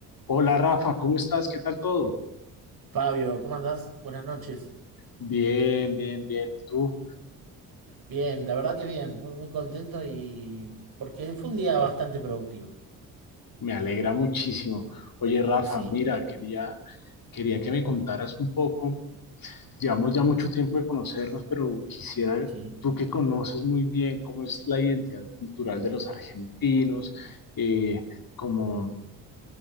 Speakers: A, on the left; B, on the right.
A: Hola Rafa, ¿cómo estás? ¿Qué tal todo?
B: Fabio, ¿cómo andás? Buenas noches.
A: Bien, bien, bien. ¿Y tú?
B: Bien, la verdad que bien, muy, muy contento y porque fue un día bastante productivo.
A: Me alegra muchísimo. Oye Rafa,
B: Sí,
A: mira, quería, quería que me contaras un poco. Llevamos ya mucho tiempo de conocernos, pero quisiera,
B: sí,
A: tú que conoces muy bien cómo es la identidad cultural de los argentinos, eh, como